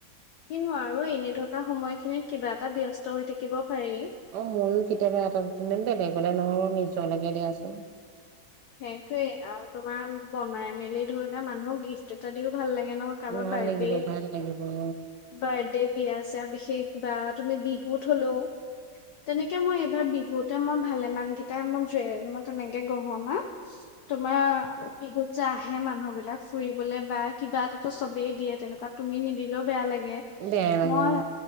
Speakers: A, on the left (about 70°); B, on the right (about 70°).
A: কিনো আৰু এনে থকা সময়খিনিত কিবা এটা ব্যস্ত হৈ থাকিব পাৰি
B: অ ' মোৰো কেতিয়াবা এটা বেলেগলৈ নহলেও <unintelligible> চলকে দিয়াচোন।
A: সেইটোয়েই আৰু তোমাৰ বনাই মেলি ধৰিলোৱা মানুহক গিফ্ট এটা দিওঁ ভাল লাগ গে ন? কাৰোবাৰ
B: ভাল
A: বাৰ্থডে,
B: লাগিব ভাল লাগিব অ
A: বাৰ্থডে বিয়া-চিয়া বিশেষ কিবা তুমি বিহুত হ'লেও, তেনেকে মই এইবাৰ বিহুতে মই ভালে মান কেইটা মই জ, মই তেনেকে গহনা তোমাৰ বিহুত যে আহে মানুহ বিলাক, ফুৰিবলে বা কিবা এটাতো চবেই দিয়ে তেনেকুৱা তুমি নিদিলেও বেয়া লাগে। গে,
B: বেয়া লাগে
A: মই
B: অ